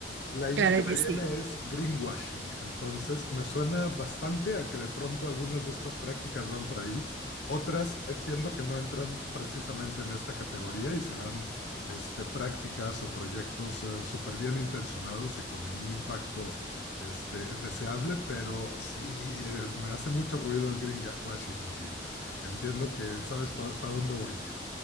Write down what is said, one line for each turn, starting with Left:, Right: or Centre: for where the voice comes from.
Left: La idea
Right: Claro
Left: que me
Right: que sí,
Left: viene es greenwashing, entonces me suena bastante a que de pronto algunas de estas prácticas van por ahí, otras entiendo que no entran precisamente en esta categoría y serán este, prácticas o proyectos eh, súper bien intencionados y con un impacto este, deseable, pero sí eh, me hace mucho ruido el greenwashing y entiendo que sabes para pa dónde voy.